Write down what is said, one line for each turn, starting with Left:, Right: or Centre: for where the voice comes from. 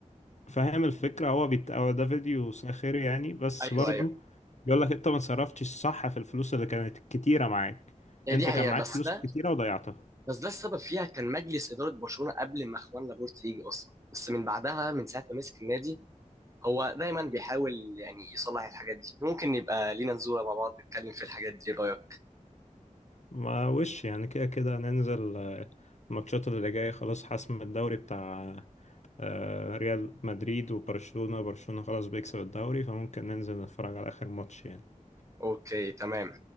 Left: فاهم الفكرة هو بيت... هو ده فيديو ساخر يعني بس
Right: ايوه
Left: برضو
Right: ايوه
Left: بيقول لك انت ما صرفتش الصح في الفلوس اللي كانت كتيرة معاك
Right: هي
Left: انت
Right: دي حقيقه
Left: كان معاك
Right: بس
Left: فلوس
Right: ده
Left: كتيرة وضيعتها
Right: بس ده السبب فيها كان مجلس اداره برشلونه قبل ما اخوان لابورت يجي اصلا بس من بعدها من ساعه ما مسك النادي هو دايما بيحاول يعني يصلح الحاجات دي ممكن يبقى لينا نزوره مع بعض نتكلم في الحاجات دي إيه رايك
Left: ما وش يعني كده كده ننزل الماتشات اللي جاية خلاص حسم الدوري بتاع آه، ريال مدريد وبرشلونة برشلونة خلاص بيكسب الدوري فممكن ننزل نتفرج على آخر ماتش يعني
Right: اوكي تمام